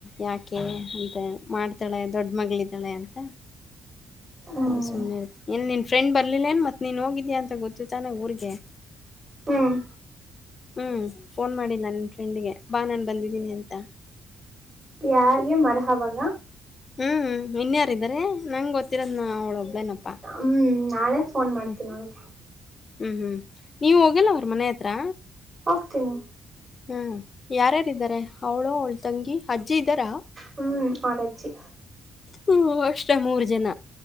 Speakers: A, on the left; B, on the right.
A: ಯಾಕೆ ಅಂತ ಮಾಡ್ತ ತಾಳೆ ದೊಡ್ ಮಗಳಿದ್ದಾಳೆ ಅಂತ
B: ಹ್ಮ್
A: ಹ ಸುಮ್ನೆ ಇ ಫ್ರೆಂಡ್ ಬರ್ಲಿಲ್ಲೇನ್ ಮತ್ತೆ ನೀನು ಹೋಗಿದೀಾ ಅಂತ ಗೊತ್ತಿತ್ತಾನೆ ಊಗೆ
B: ಹ್ಮ್
A: ಹ್ಞೂ ಫೋನ್ ಮಾಡಿ ನನ್ನ ಫ್ರೆಂಡಿಗೆ ಬಾ ನಾನು ಬಂದಿದ್ದೀನಿ ಅಂತ
B: ಯಾರ್ಗೆ ಮರ ಹವಾಗ
A: ಹ್ಮ್ ಇನ್ಯಾರ ಇದಾರೆ ನಂಗ್ ಗೊತ್ತಿರೋದ ನ ಅವ್ಳೊಬ್ಬೇನಪ್ಪಾ
B: ಹ್ಮ್ ನಾಳೆ ಫೋನ್ ಮಾಡ್ತೀನಿ
A: ಹ್ಮ್
B: ಅವಳಿಗೆ
A: ಹ್ಮ್ ಹ್ಮ್ ನೀವ ಹೋಗಲ್ಲ ಅವ್ರ ಮನೆ ಹತ್ರ
B: ಹಗ್ತೀನಿ
A: ಹ್ಮ ಯಾರ್ಯಾರ ಇದಾರೆ. ಅವ್ಳು ಅವಳ ತಂಗಿ ಅಜ್ಜಿ ಇದ್ದಾರಾ?
B: ಹ್ಮ್ಅವರ ಅಜ್ಜಿ.
A: ಹ್ಮ ಅಷ್ಟ ಮೂರ ಜನ